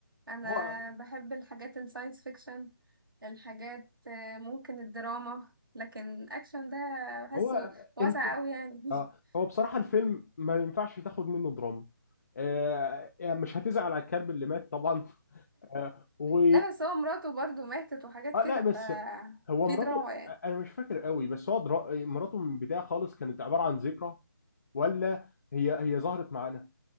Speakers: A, on the right; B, on the left.
A: انا
B: هو
A: بحب الحاجات الساينس فيكشن الحاجات آه، ممكن الدراما لكن اكشن ده بحسه
B: هو
A: واسع
B: الف...
A: قوي يعني <laughs>
B: اه هو بصراحة الفيلم ما ينفعش تاخد منه دراما آه يعني مش هتزعل على الكلب اللي مات طبعا <laughs> آه و
A: لا بس هو مراته برضو ماتت وحاجات
B: آه
A: كده
B: لا بس
A: ف
B: هو
A: في
B: مراته
A: دراما يعني
B: انا مش فاكر قوي بس هو در... مراته من البداية خالص كانت عبارة عن ذكرى ولا هي هي ظهرت معانا